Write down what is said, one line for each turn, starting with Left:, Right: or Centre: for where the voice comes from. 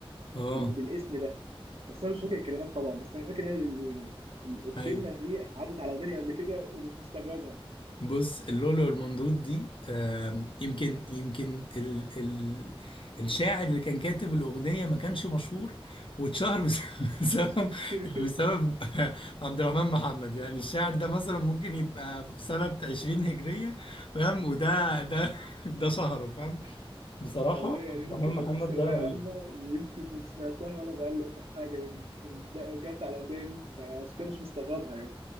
Left: اه
Right: بال... بالاسم ده بس انا مش فاكر الكلمات طبعا بس انا فاكر ان هي ال- ال- الكلمه
Left: ايوه
Right: دي عدت على وداني قبل كده ومش مستغربها
Left: بص اللولو والمندوب دي آم، يمكن يمكن ال ال الشاعر اللي كان كاتب الأغنية ما كانش مشهور واتشهر بس- <laughs> بسبب
Right: <laughs>
Left: يعني بسبب <laughs> عبد الرحمن محمد يعني الشاعر ده مثلا ممكن يبقى في سنة 20 هجرية فاهم وده ده <laughs> ده شهره فاهم بصراحة
Right: والله يعني
Left: عبد الرحمن
Right: ممكن
Left: محمد
Right: ما كنتش ثانوية
Left: ده رهيب
Right: عامة ويمكن كنت سمعتها وأنا بقلب في حاجة يعني كان- جت على وداني فعشان كده مش مستغربها يعني